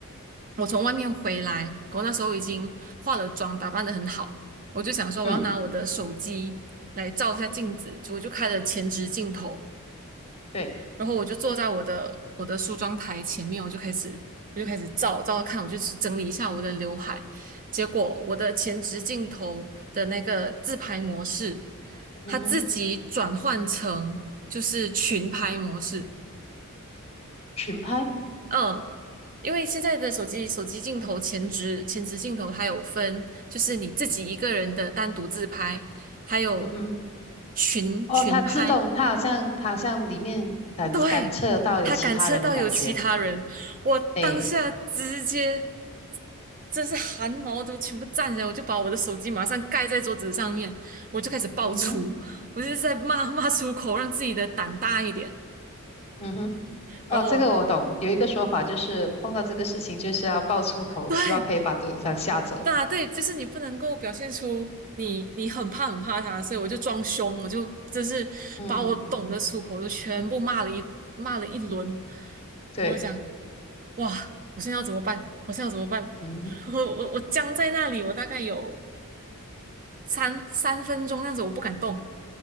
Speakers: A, on the right (about 40°); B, on the left (about 30°).
A: 我从外面回来，我那时候已经化了妆，打扮的很好，我就想说我要拿我的手机来照一下镜子，
B: 嗯，
A: 就我就开了前置镜头。
B: 对，
A: 然后我就坐在我的我的梳妆台前面，我就开始我就开始照照看，我就去整理一下我的刘海。结果我的前置镜头的那个自拍模式，
B: 嗯哼，
A: 它自己转换成就是群拍模式。
B: 群拍，
A: 嗯，因为现在的手机手机镜头前置前置镜头它有分，就是你自己一个人的单独自拍，还有
B: 嗯哼，
A: 群群拍，
B: 哦，它自动，它好像它好像里面感感测到有其他人的感觉，
A: 对，他感测到有其他人，我当下直接，
B: 哎，
A: 真是汗毛都全部站起来，我就把我的手机马上盖在桌子上面，我就开始爆粗，
B: 嗯哼，
A: 我就是在骂 <laughs> 骂出口，让自己的胆大一点。
B: 嗯哼，哦，
A: 然后我
B: 这个我懂，有一个说法就是碰到这个事情就是要爆粗口，
A: 对，
B: 希望可以把对方吓走。
A: 对啊，对，就是你不能够表现出你你很怕很怕他，所以我就装凶，我就就是把我懂得出口都全部骂了一骂了一轮，
B: 嗯嗯，对，
A: 我就讲，哇，我现在要怎么办？我现在要怎么办？
B: 嗯哼，
A: <laughs> 我我我僵在那里，我大概有三三分钟那样子，我不敢动，